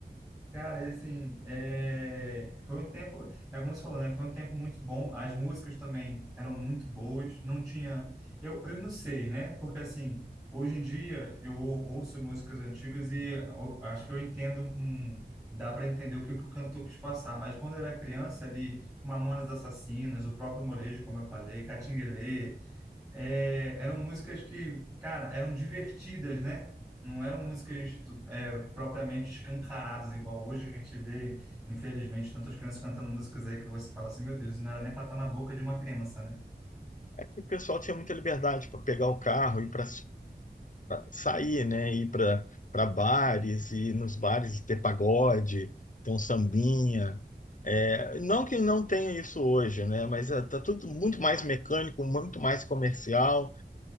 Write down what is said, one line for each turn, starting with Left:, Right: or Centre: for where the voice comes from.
Centre: Cara, e assim, é, foi um tempo, é como você falou, né? Foi um tempo muito bom. As músicas também eram muito boas. Não tinha, eu, eu não sei, né? Porque assim, hoje em dia eu ou- ouço músicas antigas e eu- acho que eu entendo um, dá para entender o que, que o cantor quis passar. Mas quando eu era criança ali, Mamonas Assassinas, o próprio Molejo, como eu falei, Catinguelê, é, eram músicas que, cara, eram divertidas, né? Não eram músicas tu- é, propriamente escancaradas, igual hoje que a gente vê, infelizmente, tantas crianças cantando músicas aí que você fala assim, meu Deus, isso não era nem para estar na boca de uma criança, né?
Left: É que o pessoal tinha muita liberdade para pegar o carro e para sair, né? Ir para para bares e nos bares ter pagode, ter um sambinha. É, não que não tenha isso hoje, né? Mas está tudo muito mais mecânico, muito mais comercial.